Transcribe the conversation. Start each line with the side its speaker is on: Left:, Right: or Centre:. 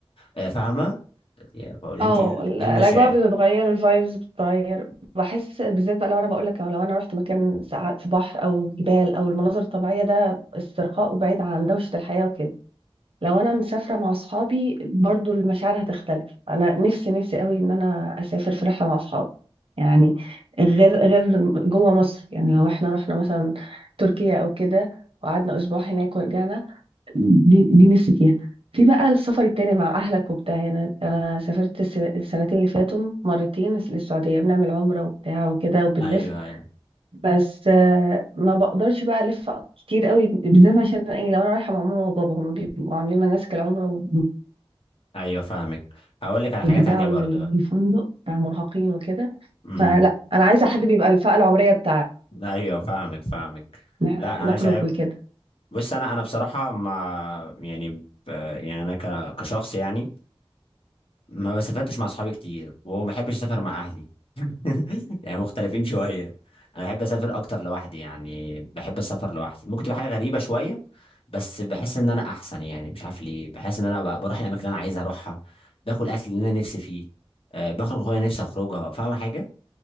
Left: آه، فاهمه يعني بقول
Right: اه
Left: انت ايه ال-
Right: ال-
Left: ايه
Right: الاجواء
Left: المشاعر
Right: بتتغير الفايبز بتتغير بحس بالذات بقى لو انا بقول لك لو انا رحت مكان ساعات في بحر او جبال او المناظر الطبيعيه ده استرخاء وبعيد عن دوشه الحياه وكده لو انا مسافره مع اصحابي برضو المشاعر هتختلف انا نفسي نفسي قوي ان انا اسافر في رحله مع اصحابي يعني غير غير جوه مصر يعني لو احنا رحنا مثلا تركيا او كده وقعدنا اسبوع هناك ورجعنا دي, دي نفسي فيها في بقى السفر التاني مع أهلك وبتاع يعني أنا سافرت الس- السنتين اللي فاتوا مرتين للسعودية بنعمل عمرة وبتاع وكده وبنلف
Left: ايوه ايوه
Right: بس آه، ما بقدرش بقى ألف كتير قوي بالذات عشان إيه لو أنا رايحة مع ماما وبابا هما بيبقوا عاملين مناسك العمرة
Left: ايوه فاهمك هقول لك على
Right: وبيرجعوا
Left: حاجه تانية
Right: لل-
Left: برضه
Right: للفندق آه، مرهقين وكده
Left: امم
Right: فلا أنا عايزة حد بيبقى الفئة العمرية بتاعتي
Left: ايوه فاهمك فاهمك
Right: نح-
Left: لا
Right: نخرج
Left: انا شايف
Right: وكده
Left: بص انا انا بصراحه ما يعني ب... يعني انا ك... كشخص يعني ما بسافرتش مع اصحابي كتير وما بحبش اسافر مع اهلي <laughs> يعني مختلفين شويه انا بحب اسافر اكتر لوحدي يعني بحب السفر لوحدي ممكن تبقى حاجه غريبه شويه بس بحس ان انا احسن يعني مش عارف ليه بحس ان انا بقى بروح الاماكن اللي انا عايز اروحها باكل اكل اللي انا نفسي فيه أه بخرج وانا نفسي اخرجها فاهم حاجه